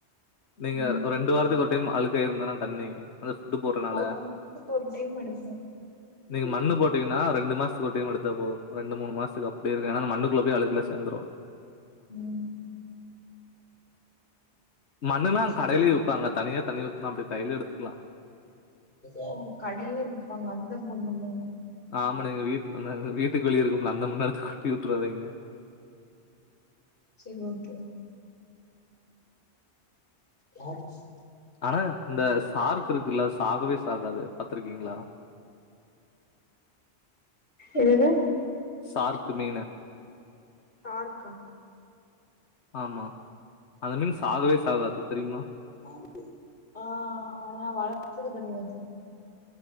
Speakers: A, on the left (about 80°); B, on the left (about 55°).
A: நீங்க
B: ம்
A: ரெண்டு வாரத்துக்கு ஒரு டெய்ம் அழுக்காயிருந்தான தண்ணி அந்த ஃபுட்டு போடுறனால
B: ஒரு மாசத்துக்கு ஒரு டைம் எடுப்போ
A: நீங்க மண்ணு
B: ம்
A: போட் டிங்கனா ரெண்டு மாசத்துக்கு ஒரு டெய்ம் எடுத்தா போது ரெண்டு மூணு மாசத்துக்கு அப்டியே இருக்கு ஏனா அந்த மண்ணுக்குள்ள போய் அழுக்குலா சேந்துரு
B: ம்
A: மண்ணுன்னா
B: சரி.
A: கடையிலியே வுப்பாங்க தனியே தண்ணி ஊத்துனா அப்டே கைலே எடுத்துக்லா
B: ஓ கடையில விப்பாங்க அந்த மண்ணு மாரி
A: ஆமா நீங்க வீட்டுல வீட்டுக்கு வெளிய இருக்கும்ல அந்த மண்ண எடுத்து கொட்டி வுட்டுறாதீங்க
B: சேரி ஓகே யாரு ஸ்
A: ஆனா இந்த சார்க் இருக்குல்ல சாகவே சாகாது பாத்ருக்கீங்களா
B: என்னது
A: சார்க்கு மீனு
B: தார்க்கா
A: ஆமா அந்த மீன் சாகவே சாகாது தெரியுமா
B: ஆ ஆ ஆனா வளர்த்தது கெடயாது